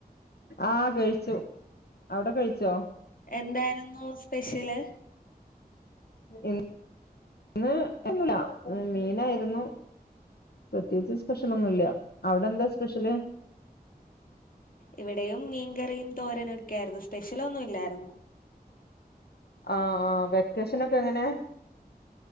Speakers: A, on the left; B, on the left.
A: ആഹ് കഴിച്ചു അവിടെ കഴിച്ചോ
B: എന്താരുന്നു സ്പെഷ്യല്
A: ഇന്ന് ഒന്നുല്ല മീനായിരുന്നു പ്രത്യേകിച്ച് സ്പെഷ്യൽ ഒന്നുംല്ല അവിടെ എന്താ സ്പെഷ്യല്
B: ഇവിടെയും മീൻകറിയും തോരനും ഒക്കെ ആയിരുന്നു സ്പെഷ്യലൊന്നും ഇല്ലായിരുന്നു
A: ആഹ ആ് വെക്കേഷനൊക്കെ എങ്ങനെ